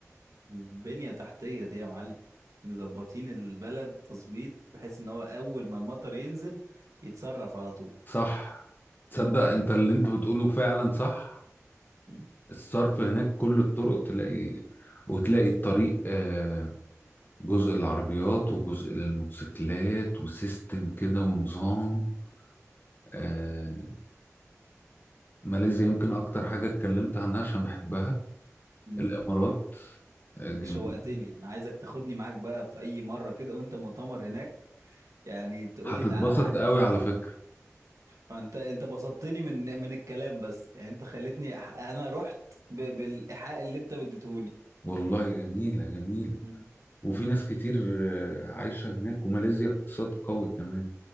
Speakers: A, on the right; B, on the left.
A: بنية تحتية دي يا معلم مظبطين البلد تظبيط بحيث ان هو اول ما المطر ينزل يتصرف على طول
B: صح تصدق
A: امم
B: انت اللي انت بتقوله فعلا صح
A: امم
B: الصرف هناك كل الطرق تلاقي وتلاقي الطريق آه، جزء للعربيات وجزء للموتوسيكلات وسيستم كده ونظام آه، ماليزيا يمكن أكتر حاجة اتكلمت عنها عشان بحبها
A: امم
B: الإمارات آه،
A: انت
B: جميل
A: شوقتني انا عايزك تاخدني معاك بقى في اي مرة كده وانت مؤتمر هناك يعني تقول
B: هتتبسط
A: لي تعالى معايا
B: قوي على فكرة
A: فانت انت بسطتني من من الكلام بس يعني انت خلتني أح- انا رحت ب- بالايحاء اللي انت بديتهوني
B: والله جميلة جميلة
A: مم.
B: وفي
A: مم.
B: ناس كتير آه، عايشة هناك وماليزيا اقتصاد قوي كمان